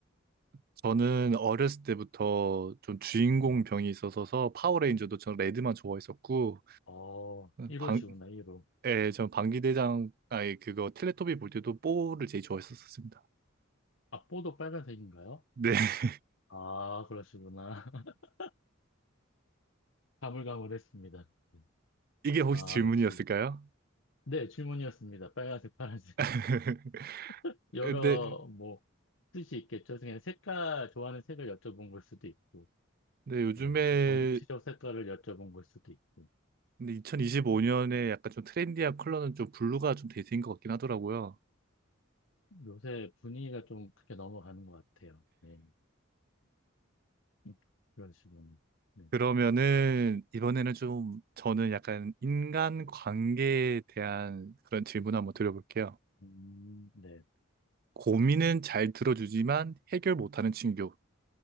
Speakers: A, on the right; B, on the left.
A: 저는 어렸을 때부터 좀 주인공
B: 네.
A: 병이 있어서 파워레인저도 전 레드만 좋아했었고
B: 어, 1호시구나,
A: 방,
B: 1호.
A: 예, 전 방귀대장 아니 그거 텔레토비 볼 때도 뽀를 제일 좋아했었습니다.
B: 앞보도 빨간색인가요?
A: 네, <laughs>
B: 아, 그러시구나. <laughs> 가물가물했습니다. 네.
A: 이게 혹시
B: 아,
A: 질문이었을까요?
B: 역시. 네, 질문이었습니다. 빨간색, 파란색.
A: <laughs>
B: <laughs> 여러,
A: 근데
B: 뭐, 뜻이 있겠죠. 그냥 색깔, 좋아하는 색을 여쭤본 걸 수도 있고,
A: 근데 요즘에
B: 네, 뭐 정치적 색깔을 여쭤본 걸 수도 있고.
A: 2025년에
B: 네.
A: 약간 좀 트렌디한 컬러는 좀 블루가 좀 대세인 것 같긴 하더라고요.
B: 요새 분위기가 좀 그렇게 넘어가는 것 같아요. 네. 음, 그러시군요. 네.
A: 그러면은 이번에는 좀 저는 약간 인간 관계에 대한 그런 질문 한번 드려볼게요.
B: 음, 네.
A: 고민은 잘 들어주지만 해결 못하는 친구.